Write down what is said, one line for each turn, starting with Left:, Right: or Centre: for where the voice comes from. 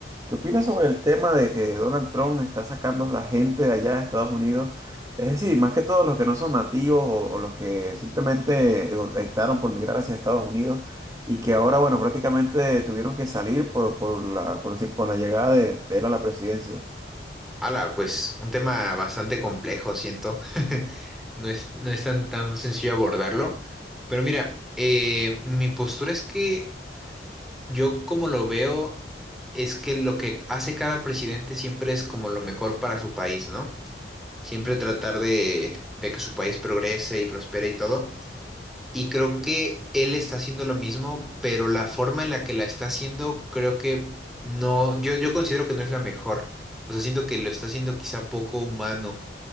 Right: ¿Qué opinas sobre el tema de que Donald Trump está sacando a la gente de allá de Estados Unidos? Es decir, más que todo los que no son nativos o, o los que simplemente eh, optaron por migrar hacia Estados Unidos y que ahora, bueno, prácticamente tuvieron que salir por, por la, por, la por la llegada de, de él a la presidencia.
Centre: Ala, pues un tema bastante complejo, siento. <laughs> No es, no es tan, tan sencillo abordarlo. Pero mira, eh, mi postura es que yo como lo veo es que lo que hace cada presidente siempre es como lo mejor para su país, ¿no? Siempre tratar de, de que su país progrese y prospere y todo. Y creo que él está haciendo lo mismo, pero la forma en la que la está haciendo, creo que no, yo, yo considero que no es la mejor. O sea, siento que lo está haciendo quizá poco humano